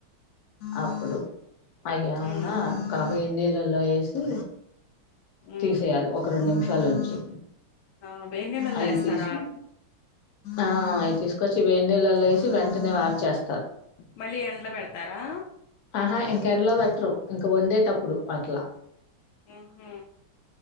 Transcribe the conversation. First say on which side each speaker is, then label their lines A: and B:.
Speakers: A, on the left; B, on the left.
A: అప్పుడు అయ్యామన్నా
B: ఉమ్
A: కాబోయే ఇన్నీళ్ళల్లో ఏసి
B: ఉమ్
A: తీసేయాలి ఒక రెండు నిమిషాలు ఉంచి
B: ఆ వెన్నీలల్లో
A: అవి
B: ఏస్తారా?
A: తీసి ఆ అవి తీసుకొచ్చి వేనీళ్లలో ఏసి వెంటనే వాట్ చేస్
B: మళ్ళ ఎండ్ల పెడతారా?
A: ఆహా ఇంకెండలో పెట్టరు, ఇంక వండేటప్పుడు అట్లా
B: ఉహు